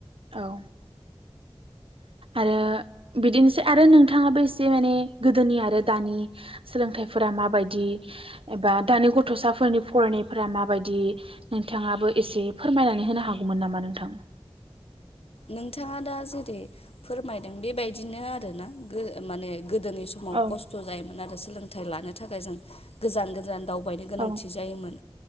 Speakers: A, on the right; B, on the left.
A: औ। आरो बिदिनोसै आरो नोंथाङाबो एसे माने गोदोनि आरो दानि सोलोंथाइफोरा माबायदि एबा दानि गथ'साफोरनि फरायनायफोरा माबायदि नोंथाङाबो एसे फोरमायनानै होनो हागौमोन नामा नोंथां?
B: नोंथाङा दा जेरै फोरमायदों बेबायदिनो आरो ना गो माने गोदोनि समाव
A: औ
B: खस्थ' जायोमोन आरो सोलोंथाइ लानो थाखाय जों। गोजान गोजान दाउ बायनो गोनांथि
A: औ
B: जायोमोन